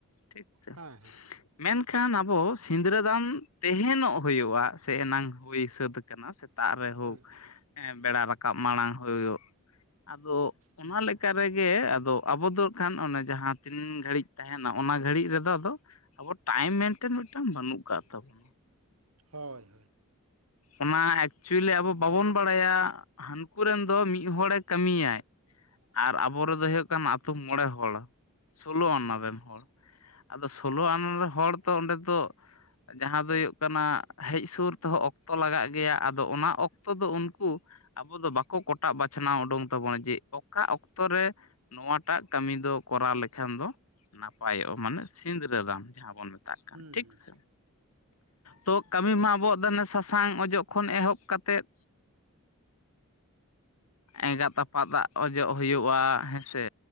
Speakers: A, on the left; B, on the right.
A: ᱴᱷᱤᱠ ᱥᱮ
B: ᱦᱮᱸ ᱦᱮᱸ
A: ᱢᱮᱱᱠᱷᱟᱱ ᱟᱵᱚ ᱥᱤᱸᱫᱽᱨᱟᱹᱫᱟᱱ ᱛᱮᱦᱮᱱᱚᱜ ᱦᱩᱭᱩᱜᱼᱟ ᱥᱮ ᱮᱱᱟᱝ ᱦᱩᱭ ᱥᱟᱹᱛ ᱠᱟᱱᱟ ᱥᱮᱛᱟᱜ ᱨᱮ ᱦᱳᱭ
B: ᱦᱮᱸ
A: ᱵᱮᱲᱟ ᱨᱟᱠᱟᱵ ᱢᱟᱲᱟᱝ ᱦᱩᱭᱩᱜ ᱟᱫᱚ ᱚᱱᱟ
B: ᱦᱮᱸ
A: ᱞᱮᱠᱟ ᱨᱮᱜᱮ ᱟᱫᱚ ᱟᱵᱚ ᱫᱚ ᱦᱟᱸᱜ ᱠᱷᱟᱱ ᱚᱱᱮ ᱡᱟᱦᱟᱸ ᱛᱤᱱ ᱜᱷᱟᱹᱲᱤᱡ ᱛᱟᱦᱮᱸᱱᱟ ᱚᱱᱟ ᱜᱷᱟᱹᱲᱤᱡ ᱨᱮᱫᱚ ᱟᱫᱚ ᱟᱵᱚ ᱴᱟᱭᱤᱢ ᱢᱮᱱᱴᱮᱱ ᱢᱤᱫᱴᱟᱱ ᱵᱟᱹᱱᱩᱜ ᱠᱟᱜ ᱛᱟᱵᱚᱱᱟ
B: ᱦᱳᱭ ᱦᱳᱭ
A: ᱚᱱᱟ ᱮᱠᱪᱩᱭᱮᱞᱤ ᱟᱵᱚ ᱵᱟᱵᱚᱱ ᱵᱟᱲᱟᱭᱟ ᱦᱟᱹᱱᱠᱩ ᱨᱮᱱ ᱫᱚ ᱢᱤᱫ ᱦᱚᱲᱮ ᱠᱟᱹᱢᱤᱭᱟᱭ ᱟᱨ ᱟᱵᱚ ᱨᱮᱱᱫᱚ ᱦᱩᱭᱩᱜ ᱠᱟᱱᱟ ᱟᱹᱛᱩᱳ ᱢᱚᱸᱬᱮ ᱦᱚᱲ ᱥᱳᱞᱳ ᱟᱱᱟ
B: ᱦᱮᱸ
A: ᱨᱮᱱ ᱦᱚᱲ ᱟᱫᱚ ᱥᱳᱞᱳ ᱟᱱᱟ ᱨᱮᱱ ᱦᱚᱲ ᱛᱚ ᱚᱸᱰᱮ ᱫᱚ ᱡᱟᱦᱟᱸ ᱫᱚ ᱦᱩᱭᱩᱜ ᱠᱟᱱᱟ ᱦᱮᱡ ᱥᱩᱨ ᱛᱮᱦᱚᱸ ᱚᱠᱛᱚ ᱞᱟᱜᱟᱜ ᱜᱮᱭᱟ ᱟᱫᱚ ᱚᱱᱟ ᱚᱠᱛᱚ ᱫᱚ ᱩᱱᱠᱩ ᱟᱵᱚ ᱫᱚ ᱵᱟᱠᱚ ᱠᱚᱴᱟᱜ ᱵᱟᱪᱷᱱᱟᱣ ᱩᱰᱩᱠ ᱛᱟᱵᱚᱱᱟ ᱡᱮ ᱚᱠᱟ ᱚᱠᱛᱚ ᱨᱮ ᱱᱚᱣᱟᱴᱟᱜ ᱠᱟᱹᱢᱤ ᱫᱚ ᱠᱚᱨᱟᱣ ᱞᱮᱠᱷᱟᱱ ᱫᱚ ᱱᱟᱯᱟᱭᱚᱜᱼᱟ ᱢᱟᱱᱮ ᱥᱤᱸᱫᱽᱨᱟᱹ ᱫᱟᱱ ᱡᱟᱦᱟᱸ ᱵᱚᱱ ᱢᱮᱛᱟᱜ ᱢᱮᱛᱟᱜ ᱠᱟᱱ
B: ᱦᱮᱸ
A: ᱴᱷᱤᱠᱥᱮ ᱛᱚ ᱠᱟᱹᱢᱤ ᱢᱟ ᱟᱵᱚ ᱟᱜ ᱫᱚ ᱱᱳᱣᱟ ᱥᱟᱥᱟᱝ ᱚᱡᱚᱜ ᱠᱷᱚᱱ ᱮᱛᱚᱦᱚᱵ ᱠᱟᱛᱮᱫ ᱮᱸᱜᱟᱛ ᱟᱯᱟᱛ ᱟᱜ ᱚᱡᱚᱜ ᱦᱩᱭᱩᱜᱼᱟ ᱦᱳᱭᱥᱮ